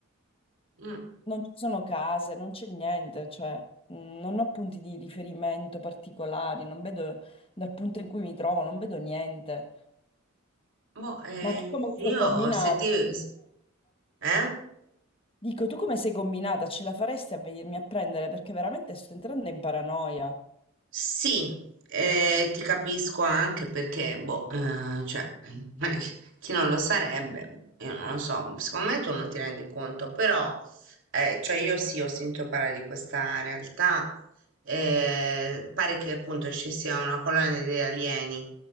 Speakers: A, on the right (about 60°); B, on the left (about 25°).
A: mm.
B: non ci sono case, non c'è niente, cioè, mh, non ho punti di riferimento particolari, non vedo dal punto in cui mi trovo, non vedo niente.
A: Boh, eh,
B: Ma tu come stai
A: io
B: combinando?
A: se ti... s- Eh?
B: Dico, tu come sei combinata? Ce la faresti a venirmi a prendere? Perché veramente sto entrando in paranoia.
A: Sì, eh, ti capisco anche perché, boh, eh, cioè, <laughs> chi non lo sarebbe, io non lo so, secondo me tu non ti rendi conto, però, eh, cioè io sì, ho sentito parlare di questa realtà, eh, pare che appunto ci sia una colonia di alieni,